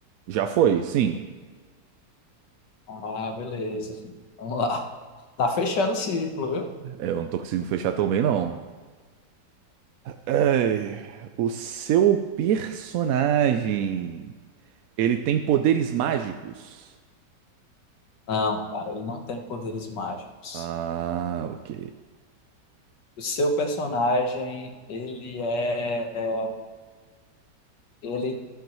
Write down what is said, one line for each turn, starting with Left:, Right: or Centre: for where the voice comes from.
Right: Já foi, sim.
Left: Ah, beleza. Vamos lá. Tá fechando o círculo, viu?
Right: É, eu não tô conseguindo fechar tão bem, não. Ai, o seu personagem, ele tem poderes mágicos?
Left: Não, cara, ele não tem poderes mágicos.
Right: Ah, ok.
Left: O seu personagem, ele é, é- ele